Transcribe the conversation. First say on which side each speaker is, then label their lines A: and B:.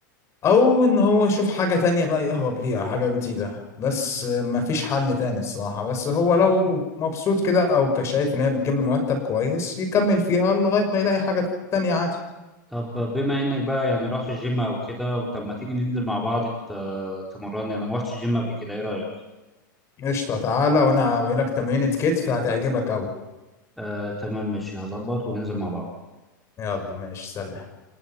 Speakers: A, on the left; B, in the centre.
A: او ان هو يشوف حاجة تانية بقى يهرب ليها حاجة جديدة بس مفيش حل تاني الصراحة بس هو لو مبسوط كده او كشايف ان هي بتجيب له مرتب كويس يكمل فيها لغاية ما يلاقي حاجة تانية عادي
B: طب بما انك بقى يعني رحت الجيم او كده طب ما تيجي ننزل مع بعض ت- تمرني انا ما رحتش الجيم قبل كده ايه رايك
A: قشطة تعالى وانا هعمل لك تمرينة كتف هتعجبك اوي
B: آه تمام ماشي هظبط وننزل مع بعض
A: يلا ماشي سلام